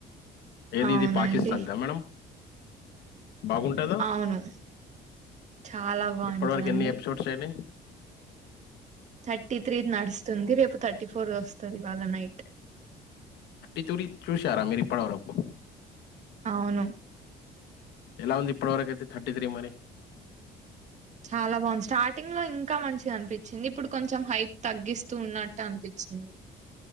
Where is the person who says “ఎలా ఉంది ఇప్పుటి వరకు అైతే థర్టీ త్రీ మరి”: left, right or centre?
Left